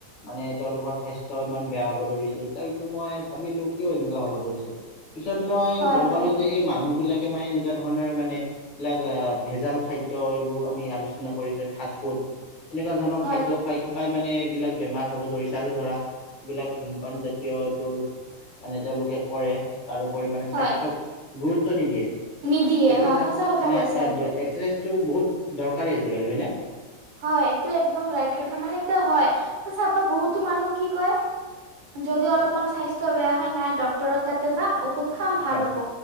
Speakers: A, on the left; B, on the right.
A: মানে, তেওঁলোকৰ স্বাস্থ্য ইমান বেয়া হ'ব ধৰিছে, তথাপিতো, মই ভাবিলোঁ! কিয় এনেকুৱা হ'ব ধৰিছে। পিছত মই
B: হয়
A: গম পালোঁ
B: হয়
A: যে, এই মানুহবিলাকে মানে, এনেকুৱা ধৰণৰ মানে, এইবিলাক আঁ ভেজাল খাদ্য, এইবোৰো আমি আলোচনা কৰিছোঁ, ফাষ্টফুড। এনেকুৱা ধৰণৰ,
B: হয়
A: খাদ্য খাই থকাই মানে, এইবিলাক বেমাৰ হ'ব ধৰিছে। আৰু ধৰা, এই বিলাক ধূমপান জাতীয়, এইবোৰ মানে, তেওঁলোকে কৰে। তাৰ উপৰি মানে,
B: হয়
A: স্বাস্থ্যক গুৰুত্ব নিদিয়ে।
B: নিদিয়ে
A: এক্সাৰচাইজ,
B: হয় সঁচা
A: <unintelligible>
B: কথা
A: মানে,
B: কৈছা এইটো
A: এক্সাচাইজটো বহুত দৰকাৰী আজিকালি, হয়নে?
B: হয়! এইটো একদম ৰাইট কথা, মানে। এতিয়া, হয়! <unintelligible> বহুতো মানুহ কি কয়! যদি অলপমান, স্বাস্থ্য বেয়া হয়, নাই ডক্টৰৰ তাতে, যাম। ঔষধ খাম, ভাল
A: হয়
B: হ'ব।